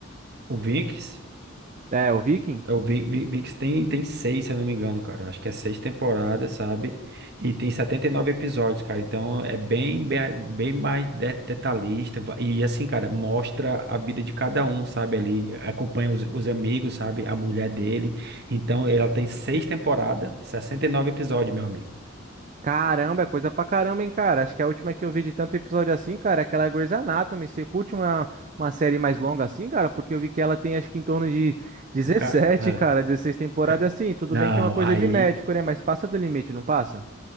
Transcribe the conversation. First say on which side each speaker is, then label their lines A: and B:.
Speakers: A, on the right (about 50°); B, on the right (about 35°).
A: O Vikings
B: É, o Viking?
A: O Vi- Vi- VIX tem, tem seis, se eu não me engano, cara. Eu acho que é seis temporadas, sabe? E tem 79 episódios, cara. Então é bem, bem, bem mais de- detalhista. Va- E assim, cara, mostra a vida de cada um, sabe? Ali acompanha os, os amigos, sabe? A mulher dele. Então ela tem seis temporadas, 69 episódios, meu amigo.
B: Caramba, é coisa pra caramba, hein, cara? Acho que a última que eu vi de tanto episódio assim, cara, é aquela Grey's Anatomy. Você curte uma, uma série mais longa assim, cara? Porque eu vi que ela tem acho que em torno de 17
A: Um ca- é,
B: cara, 16 temporadas
A: ca-
B: assim. Tudo
A: Não,
B: bem que é uma coisa
A: aí.
B: de médico, né? Mas passa do limite, não passa?